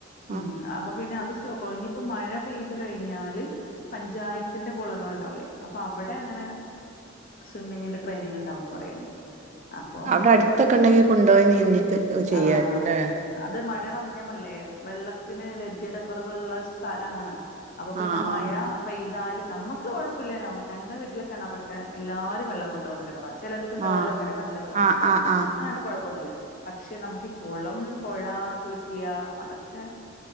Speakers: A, on the left (about 45°); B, on the right (about 35°).
A: ഉം
B: ആ
A: അപ്പൊ പിന്നെ അതുസ്റ്റോപ്പാവും ഇനിയിപ്പം മഴ പെയ്തുകഴിഞ്ഞാല് പഞ്ചായത്തിന്റെ കുളങ്ങള് ഉണ്ടാവൂലേ അപ്പോ അവിടെയങ്ങനെ സ്വിമ്മിങ്ങിന്റെ ട്രെയിനിങ്ങുണ്ടാവൂന്ന് പറയണ്ട് അപ്പം
B: അവിടെ അടുത്തൊക്കെയുണ്ടെങ്കി കൊണ്ടോയി നീന്തിച്ച് ചെയ്യായിരുന്നു
A: ആഹ്
B: അല്ലേ
A: അത് മഴ വന്ന് ഞാൻ പറഞ്ഞില്ലേ വെള്ളത്തിന് ലഭ്യത കുറവുള്ള സ്ഥലാണ് അപ്പൊ
B: ആ
A: പിന്നെ മഴ
B: ആ
A: പെയ്താല് നമ്മുക്ക് കൊഴപ്പ വില്ല ഞങ്ങടെ വീട്ടിലെ കിണറൊക്കെ എല്ലാരും വെള്ളം കൊണ്ട് പോകുന്ന കിണറാ ചിലർക്ക് ഉണ്ടാവുമല്ലോ
B: ആ
A: അങ്ങനെ നല്ല വെള്ള
B: ആ
A: നമുക്ക്
B: ആ ആ
A: അങ്ങനത്തെ കുഴപ്പൊന്നുമില്ല പക്ഷെ നമുക്ക് ഈ കുളം പുഴ കുളിക്കുക അതൊക്കെ